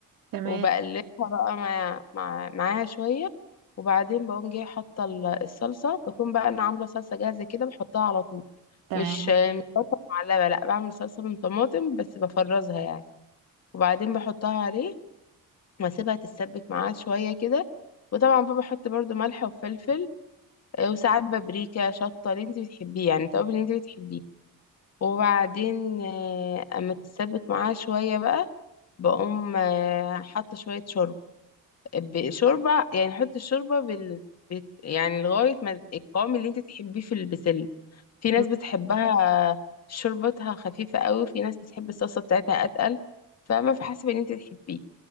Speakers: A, on the right; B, on the left.
A: تمام
B: وبقلبها بقى مع مع معاها شوية وبعدين بقوم جايه حاطة ال- الصلصة بكون بقى أنا عاملة صلصة جاهزة كده بحطها على طول
A: تمام
B: مش مش صلصة معلبة لأ بعمل صلصة من طماطم بس بفرزها يعني وبعدين بحطها عليه وأسيبها تتسبك معاه شوية كده وطبعا بقى بحط برضو ملح وفلفل آه، وساعات بابريكا شطة اللي انت بتحبيه يعني التوابل اللي انت بتحبيه وبعدين آه، أما تتسبك معاه شوية بقى بقوم آه، حاطة شوية شوربة بشوربة يعني حط الشوربة بال... بت... يعني لغاية ما القوام اللي انت تحبيه في البسلة في
A: مم.
B: ناس بتحبها شوربتها خفيفة قوي وفي ناس بتحب الصلصة بتاعتها أتقل فما في حسب اللي انت تحبيه